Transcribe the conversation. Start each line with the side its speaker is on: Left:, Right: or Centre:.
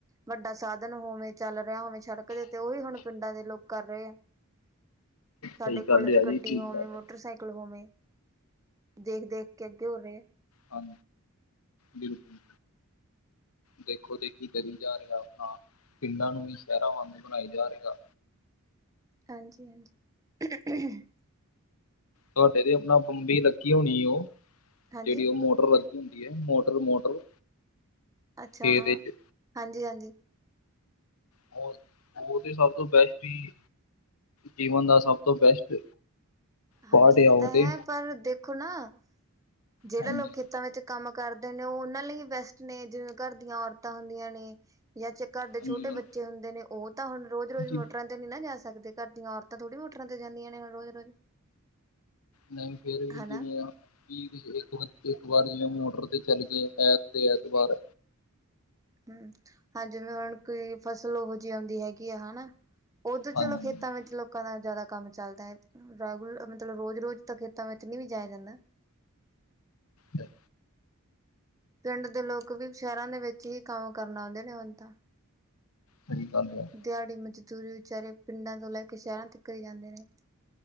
Right: ਵੱਡਾ ਸਾਧਨ ਹੋਵੇਂ ਚੱਲ ਰਿਹਾ ਹੋਵੇ ਸੜਕ ਦੇ ਉਤੇ, ਉਹੀ ਹੁਣ ਪਿੰਡਾਂ ਦੇ ਲੋਕ ਕਰ ਰਹੇ ਆ। ਸਾਡੇ
Left: ਸਹੀ ਗੱਲ
Right: ਕੋਲ ਵੀ
Left: ਆ ਜੀ
Right: ਗੱਡੀ
Left: ਠੀਕ
Right: ਹੋਵੇਂ,
Left: ਗੱਲ
Right: ਮੋਟਰਸਾਈਕਲ
Left: ਹੈ
Right: ਹੋਵੇਂ। ਦੇਖ -ਦੇਖ ਕੇ ਅੱਗੇ ਹੋ ਰੇ।
Left: ਹਾਂ ਬਿਲਕੁਲ ਦੇਖੋ ਦੇਖੀ ਕਰੀ ਜਾ ਰਿਹਾ ਆਪਣਾ ਪਿੰਡਾਂ ਨੂੰ ਵੀ ਸ਼ਹਿਰਾਂ ਵਾਂਗੂ ਬਣਾਈ ਜਾ ਰਹੇ ਆ।
Right: ਹਾਂਜੀ -ਹਾਂਜੀ।
Left: ਤੁਹਾਡੇ ਤੇ ਆਪਣਾ ਬੰਬੀ ਲੱਗੀ ਹੋਣੀ ਓ,
Right: ਹਾਂਜੀ
Left: ਜਿਹੜੀ ਉਹ ਮੋਟਰ ਲ ਹੁੰਦੀ ਐ, ਮੋਟਰ- ਮੋਟਰ।
Right: ਅੱਛਾ
Left: ਖੇਤ
Right: ਹਾਂ,
Left: ਵਿੱਚ
Right: ਹਾਂਜੀ- ਹਾਂਜੀ।
Left: ਉਹ- ਉਹ ਤੇ ਸਭ ਤੋਂ ਬੈਸਟ ਹੀ ਜੀਵਨ ਦਾ ਸਭ ਤੋਂ ਬੈਸਟ
Right: ਹਾਂਜੀ
Left: ਪਾਰਟ
Right: ਇਹ
Left: ਆ ਉਹ
Right: ਤਾਂ
Left: ਤੇ
Right: ਹੈ, ਪਰ ਦੇਖੋ ਨਾ ਜਿਹੜੇ
Left: ਹਾਂਜੀ
Right: ਲੋਕ ਖੇਤਾਂ ਵਿੱਚ ਕੰਮ ਕਰਦੇ ਨੇ ਉਹ ਉਹਨਾਂ ਲਈ ਹੀ ਬੈਸਟ ਨੇ ਜਿਵੇਂ ਘਰ ਦੀਆਂ ਔਰਤਾਂ ਹੁੰਦੀਆਂ ਨੇ ਜਾਂ ਘਰ ਦੇ ਛੋਟੇ
Left: ਹਾਂਜੀ
Right: ਬੱਚੇ ਬੱਚੇ ਹੁੰਦੇ ਨੇ, ਉਹ ਤਾਂ ਹੁਣ ਰੋਜ਼- ਰੋਜ਼
Left: ਜੀ,
Right: ਮੋਟਰਾਂ ਤੇ ਨਹੀਂ ਨਾ ਜਾ ਸਕਦੇ, ਘਰ ਦੀਆਂ ਔਰਤਾਂ ਥੋੜੀ ਮੋਟਰਾਂ ਤੇ ਜਾਂਦੀਆਂ ਨੇ ਰੋਜ਼- ਰੋਜ਼।
Left: ਨਹੀ ਫੇਰ ਵੀ
Right: ਹਨਾ
Left: ਜਿਵੇਂ ਆ। ਕੀ ਤੁ ਇੱਕ -ਇੱਕ ਵਾਰੀਂ ਜਿਵੇਂ ਮੋਟਰ ਤੇ ਚਲੀਏ ਐਤ ਦੇ ਐਤਵਾਰ।
Right: ਹੂੰ ਹਾਂ ਜਿਵੇਂ ਹੁਣ ਕੋਈ ਫਸਲ ਉਹੋ ਜਿਹੀ ਆਉਂਦੀ ਹੈਗੀ ਆ ਹਨਾ। ਉਹ ਤੇ
Left: ਹਾਂਜੀ
Right: ਚਲੋ ਖੇਤਾਂ ਵਿੱਚ ਲੋਕ ਲੋਕਾਂ ਦਾ ਜ਼ਿਆਦਾ ਕੰਮ ਚੱਲਦਾ ਐ, ਰੈਗੂਲ ਮਤਲਬ ਰੋਜ਼- ਰੋਜ਼ ਤਾਂ ਖੇਤਾਂ ਵਿੱਚ ਨਹੀ ਵੀ ਜਾਇਆਂ ਜਾਂਦਾ।
Left: ਚੱਲ
Right: ਪਿੰਡ ਦੇ ਲੋਕ ਵੀ ਸ਼ਹਿਰਾਂ ਦੇ ਵਿੱਚ ਹੀ ਕੰਮ ਕਰਨ ਆਉਂਦੇ ਨੇ ਹੁਣ ਤਾਂ।
Left: ਸਹੀ ਗੱਲ ਆ।
Right: ਦਿਹਾੜੀ ਮਜ਼ਦੂਰੀ ਵਿਚਾਰੇ ਪਿੰਡਾਂ ਤੋਂ ਲੈ ਕੇ ਸ਼ਹਿਰਾਂ ਤਿਕਰ ਹੀ ਜਾਂਦੇ ਨੇ।